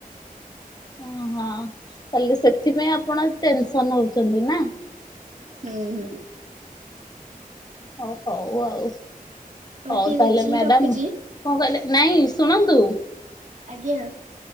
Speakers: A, on the left; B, on the right.
A: ଓହଁ ତାହଲେ ସେଥିପାଇଁ ଆପଣ ଟେନସନ ହଉଛନ୍ତି ନା ।
B: ହୁଁ ହୁଁ।
A: ଓ ହଉ ଆଉ ହଉ
B: ଠିକ
A: ତାହେଲେ
B: ଅଛି
A: ମ୍ୟାଡାମ
B: ରଖୁଛି।
A: କଣ କହିଲେ? ନାଇଁ ଶୁଣନ୍ତୁ।
B: ଆଜ୍ଞା।